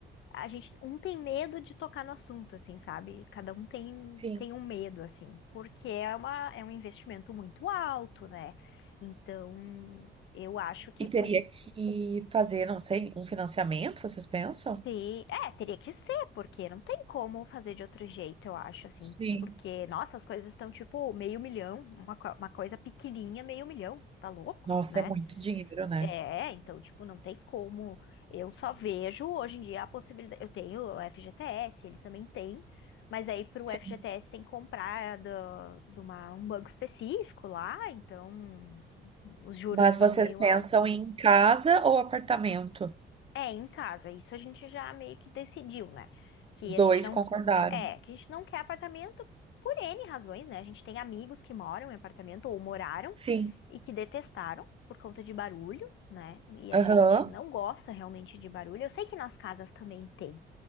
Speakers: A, on the left; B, on the right.
A: a gente, um tem medo de tocar no assunto, assim, sabe? Cada um tem,
B: sim.
A: tem um medo, assim, porque é uma, é um investimento muito alto, né? Então, eu acho que
B: E
A: é por
B: teria
A: isso.
B: que fazer, não sei, um financiamento, vocês pensam?
A: Sim, é, teria que ser, porque não tem como fazer de outro jeito, eu acho, assim.
B: Sim.
A: Porque, nossa, as coisas estão tipo meio milhão, uma, co- uma coisa pequenininha, meio milhão, tá louco,
B: Nossa,
A: né?
B: é muito dinheiro, né?
A: É, então, tipo, não tem como. Eu só vejo hoje em dia a possibilidade. Eu tenho o FGTS, ele também tem, mas aí pro
B: Sim.
A: FGTS tem que comprar do- de uma- um banco específico lá, então os juros
B: Mas
A: são
B: vocês
A: meio
B: pensam
A: altos.
B: em casa ou apartamento?
A: É, em casa. Isso a gente já meio que decidiu, né? Que
B: Os dois
A: a gente não.
B: concordaram.
A: É, que a gente não quer apartamento por N razões, né? A gente tem amigos que moram em apartamento ou moraram
B: Sim.
A: e que detestaram por conta de barulho, né? E a gente
B: Aham,
A: não gosta realmente de barulho. Eu sei que nas casas também tem,